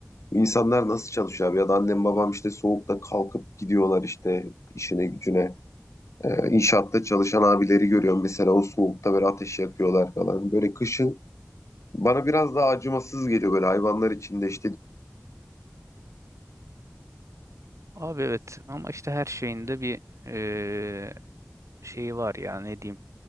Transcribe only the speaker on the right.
Abi evet ama işte her şeyin de bir eee, şeyi var ya ne diyeyim.